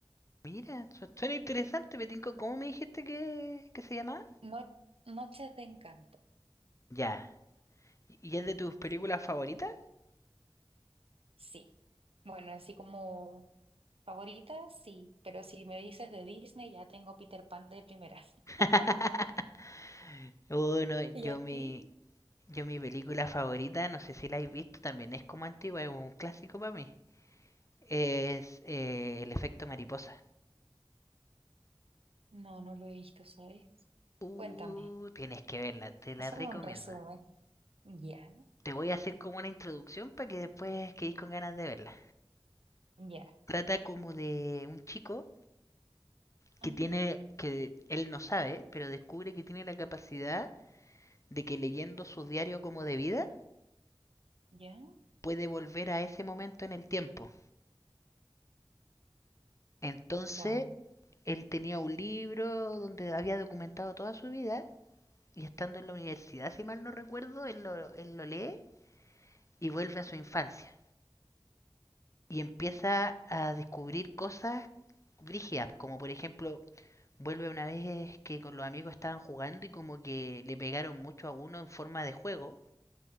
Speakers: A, on the left (about 35°); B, on the right (about 85°).
A: mira. su- Suena interesante, me tincó. ¿Cómo me dijiste que, que se llamaba?
B: No- Noches de Encanto.
A: Ya. ¿Y y es de tus películas
B: Sí.
A: favoritas?
B: Sí. Bueno, así como favoritas, sí. Pero si me dices de Disney, ya tengo Peter Pan de primera.
A: <laughs>
B: <laughs>
A: Uy, no,
B: ¿Y
A: yo
B: a
A: mi,
B: ti?
A: Yo mi película favorita, no sé si la habéis visto, también es como antigua, es un clásico para mí. Es eh, El efecto mariposa.
B: No, no lo he visto, ¿sabes?
A: Uh,
B: Cuéntame.
A: tienes que verla, te la
B: Hazme
A: recomiendo.
B: un resumen. Ya,
A: Te voy a hacer como una introducción para que después quedéis con ganas de verla.
B: ya.
A: Trata como de un chico que
B: ujú,
A: tiene, que él no sabe, pero descubre que tiene la capacidad de que leyendo su diario como de vida
B: Ya.
A: puede volver a ese momento en el tiempo. Entonces,
B: Wow.
A: él tenía un libro donde había documentado toda su vida y estando en la universidad, si mal no recuerdo, él lo, él lo lee y vuelve a su infancia. Y empieza a descubrir cosas brígidas, como por ejemplo, vuelve una vez que con los amigos estaban jugando y como que le pegaron mucho a uno en forma de juego,